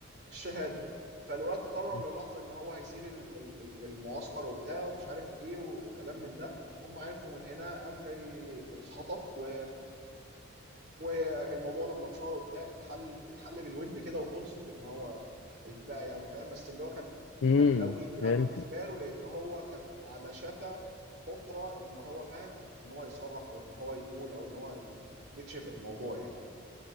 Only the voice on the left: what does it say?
ماشي
امم
فهمت